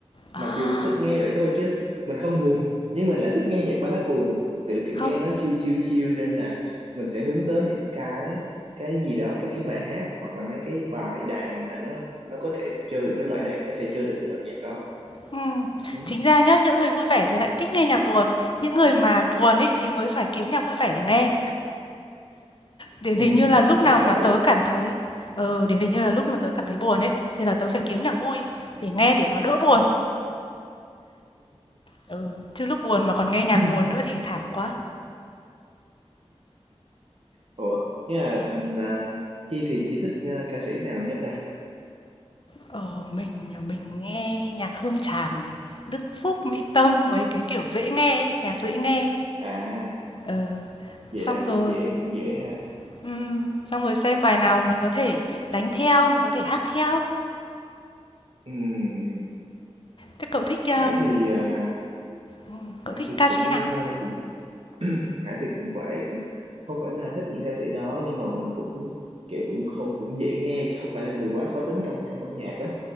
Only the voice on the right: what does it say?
Mặc dù thích nghe vậy thôi chứ mình không buồn, <laughs> nhưng mình lại thích nghe nhạc ballad buồn. tự kiểu
nghe nó chill chill chill nên là mình sẽ hướng tới những cái cái gì đó cái cái bài hát hoặc là mấy cái bài đàn mà nó nó có thể chơi mấy loại đàn có thể chơi được cái loại nhạc đó.
Ừ,
ừ
chắc
vậy.
<laughs>
Ủa, nhưng mà à, Chi thì Chi thích à, ca sĩ nào nhất ta?
À,
vậy
là
cũng dễ cũng dễ ha.
Ừm,
Hải thì à,
Hải
thì
cũng
à, cũng Hải thì cũng vậy cũng không phải là thích những ca sĩ đó nhưng mà mình cũng kiểu cũng không cũng dễ nghe không phải là người quá khó tính trong trong âm nhạc á